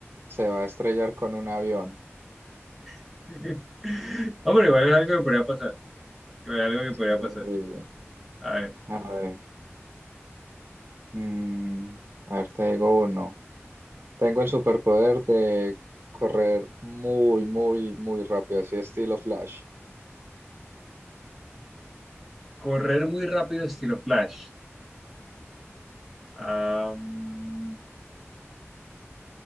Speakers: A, on the right; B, in the centre.
A: se va a estrellar con un avión.
B: <laughs> Hombre, igual es algo que podría pasar. Igual es algo que
A: Sí,
B: podría
A: sí.
B: pasar. A ver,
A: A ver, mm, a ver, te digo uno. Tengo el superpoder de correr muy, muy, muy rápido, así estilo Flash.
B: correr muy rápido estilo Flash. Am,